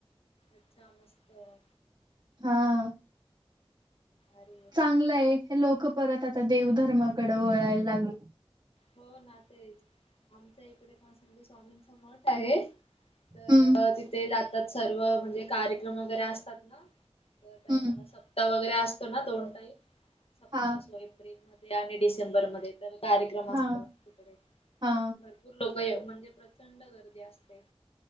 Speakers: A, on the left (about 80°); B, on the right (about 50°).
A: अच्छा! मस्त आहे.
B: हा.
A: अरे.
B: चांगलं आहे हे लोक परत आता देवधर्माकडे वळायला लागले
A: हो ना तेच आमच्या इकडे पण संघ स्वामींच मठ आहे तर
B: हम्म
A: तिथे जातात सर्व म्हणजे कार्यक्रम वगैरे असतात ना तर का
B: हम्म
A: मला सप्ताह वगैरे असतो ना दोन टाईम सप्ताह
B: हा
A: असूय एप्रिलमध्ये आणि डिसेंबरमध्ये तर कार्यक्रम
B: हा
A: असत तिकडे
B: हा
A: भरूर लोक म्हणजे प्रचंड गर्दी असते